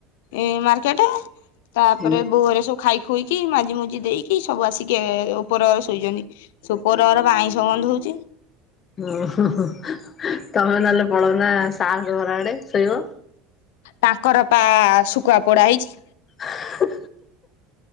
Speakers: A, on the left (about 80°); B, on the left (about 25°).
A: ଏ ମାର୍କେଟେ। ତାପରେ
B: ହୁଁ
A: ବୋଉ ଆରିଆ ସବୁ ଖାଇ ଖୁଇକି ମାଜି ମୁଜି ଦେଇକି ସବୁ ଆସିକି ଏ ଉପର ଶୋଇଛନ୍ତି। ସୁପରର ପା ଆଇଁଷ ଗନ୍ଧଉଚି।
B: ଓ ହୋ ହୋ ତମେ ନହେଲେ ପଳ ନା ସାସ ଘର ଆଡେ ଶୋଇବ।
A: ତାଙ୍କର ପା ଶୁଖୁଆ ପୋଡା ହେଇଛି।
B: ହା